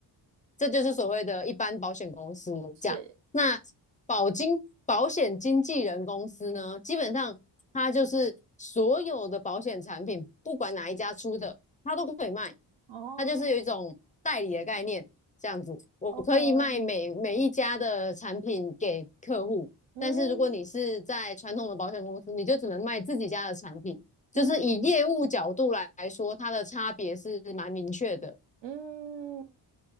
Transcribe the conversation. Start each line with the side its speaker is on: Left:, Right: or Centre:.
Left: 这就是所谓的一般保险公司价。
Right: 是，
Left: 那保金保险经纪人公司呢，基本上它就是所有的保险产品，不管哪一家出的，它都可以卖。
Right: 哦
Left: 它就是有一种代理的概念，这样子，我可以卖每每一家的产品给客户。
Right: ，OK，嗯
Left: 但是如果你是在传统的保险公司，你就只能卖自己家的产品。就是以业务角度来说，
Right: 嗯
Left: 它的差别是蛮明确的。
Right: 嗯，